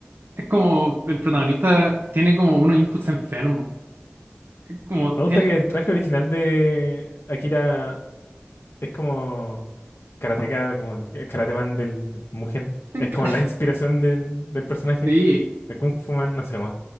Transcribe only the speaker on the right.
es como el protagonista tiene como unos inputs enfermos. Es Como
tiene,
tiene
cara-
<laughs> Sí,